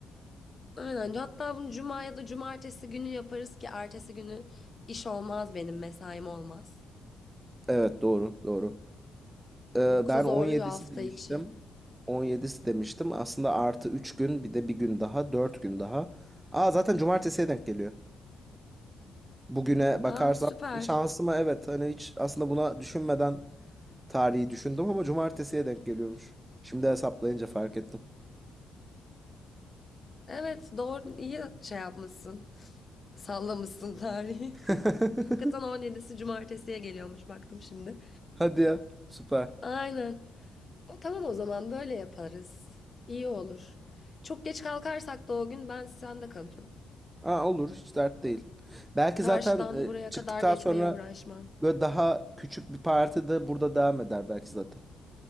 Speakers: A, on the left; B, on the right.
A: Aynen. Hatta bunu cuma ya da cumartesi günü yaparız ki ertesi günü iş olmaz benim mesaim olmaz.
B: Evet doğru, doğru. Ee,
A: Yoksa
B: ben
A: zorluyor
B: on yedisi
A: hafta
B: demiştim.
A: içi.
B: on yedisi demiştim. Aslında artı 3 gün bir de bir gün daha, 4 gün daha. Aa zaten cumartesiye denk geliyor. Bugüne bakarsam
A: Aa süper.
B: şansıma evet hani hiç aslında buna düşünmeden Tarihi düşündüm ama cumartesiye denk geliyormuş. Şimdi hesaplayınca fark ettim.
A: Evet doğru iyi şey yapmışsın. Sallamışsın tarihi.
B: <laughs>
A: <laughs> Hakikaten 17'si cumartesiye geliyormuş baktım şimdi.
B: Hadi ya, süper.
A: Aynen. O tamam o zaman böyle yaparız. İyi olur. Çok geç kalkarsak da o gün ben sende kalırım.
B: Aa, olur, hiç dert değil. Belki
A: Karşıdan
B: zaten e,
A: buraya
B: çıktıktan
A: kadar geçmeye
B: sonra
A: uğraşmam.
B: böyle daha küçük bir parti de burada devam eder belki zaten.